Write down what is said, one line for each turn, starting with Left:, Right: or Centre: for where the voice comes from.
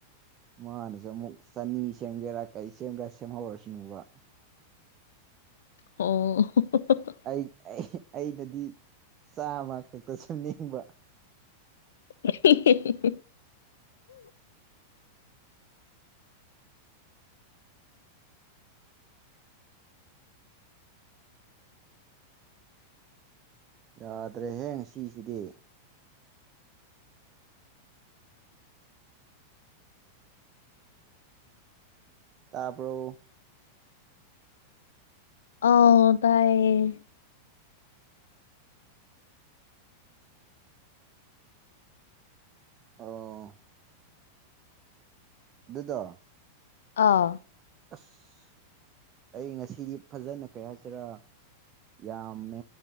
Right: ꯃꯥꯅꯁꯨ ꯑꯃꯨꯛ ꯆꯅꯤ ꯁꯦꯝꯒꯦꯔꯥ ꯀꯩ ꯁꯦꯝꯒꯦꯔꯥ ꯁꯦꯝꯍꯧꯔꯁꯅꯨꯕ
Left: ꯑꯣ
Right: ꯑꯩ ꯑꯩ ꯑꯩꯅꯗꯤ ꯆꯥꯃ ꯈꯛꯇ ꯁꯦꯝꯅꯤꯡꯕ
Left: <inaudible>
Right: ꯌꯥꯗ꯭ꯔꯦꯍꯦ ꯉꯁꯤꯁꯤꯗꯤ ꯇꯕ꯭ꯔꯣ
Left: ꯑꯎ ꯇꯥꯏꯌꯦ
Right: ꯑꯣ ꯑꯗꯨꯗꯣ
Left: ꯑꯥ
Right: ꯑꯁ ꯑꯩ ꯉꯁꯤꯗꯤ ꯐꯖꯅ ꯀꯩ ꯍꯥꯏꯁꯤꯔ ꯌꯥꯝꯃꯦ